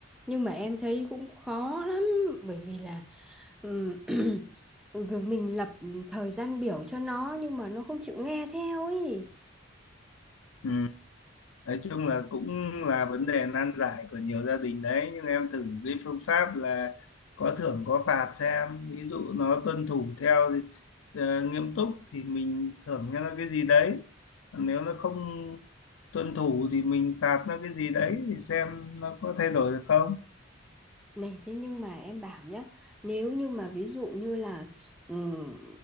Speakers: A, in the centre; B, on the left (about 80°).
A: nhưng mà em thấy cũng khó lắm. Bởi vì là ừm, <clears throat> mình lập thời gian biểu cho nó nhưng mà nó không chịu nghe theo ấy.
B: ừ. nói chung là cũng là vấn đề nan giải của nhiều gia đình đấy nhưng em thử cái phương pháp là có thưởng có phạt xem ví dụ nó tuân thủ theo thì, ờ, nghiêm túc thì mình thưởng cho nó cái gì đấy Còn nếu nó không tuân thủ thì mình phạt nó cái gì đấy thì xem nó có thay đổi được không
A: Này thế nhưng mà em bảo nhá, nếu như mà ví dụ như là ừm,